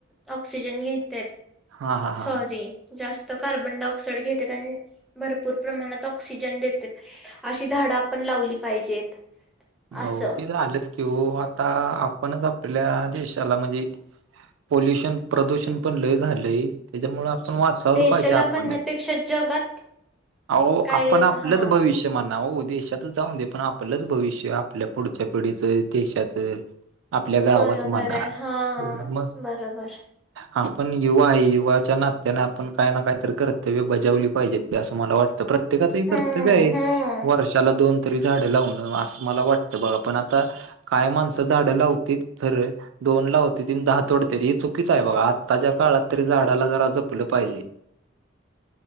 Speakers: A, in the centre; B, on the right (about 70°).
A: ऑक्सिजन घेत
B: हा हा हा
A: सॉरी
B: हा
A: जास्त कार्बन डाय ऑक्साइड घेते आणि भरपूर प्रमाणात ऑक्सिजन देते अशी झाडं आपण लावली पाहिजेत
B: हो
A: असं
B: ते झालेच की आता आपणच आपल्या देशाला म्हणजे पॉोल्युशन प्रदूषण पण लय झालंय त्याच्यामुळे आपण वाचावलं
A: देशाला
B: पाहिजे आपण
A: म्हणण्यापेक्षा जगात
B: अ
A: काय
B: आपण आपलंच
A: हा
B: भविष्य म्हण ना हो देशातच जाऊ दे पण आपलंच भविष्य आपल्या पुढच्या पिढीचं देशातच आपल्या गावच
A: बरोबर
B: म्हणार
A: आहे हा
B: मस्त
A: बरोबर
B: आपण युवा आहे युवाच्या नात्याने आपण काय ना काय तर कर्तव्य बजावली पाहिजे ते असं मला वाटतं प्रत्येकाचं ह
A: हम्म
B: कर्तव्य आहे
A: हम्म
B: वर्षाला दोन तरी झाडें लावण मला वाटतं बघा पण आता काय माणसं झाडं लावती तर दोन ला होते तीन दहा तोडते हे चुकीच आहे बघा आत्ताच्या काळात तरी झाडाला जरा जपलं पाहिजे